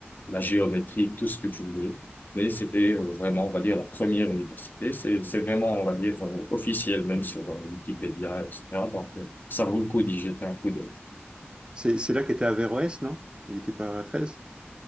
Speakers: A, on the left; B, on the right.
A: la géométrie, tout ce que tu voulais. Mais c'était euh, vraiment, on va dire, la première université. C'est, c'est vraiment, on va dire, euh, officiel, même sur euh, Wikipédia, etc. Donc, euh, ça vaut le coup d'y jeter un coup d'œil.
B: C'est c'est là qu'était Averroès, non? Il n'était pas à Fès?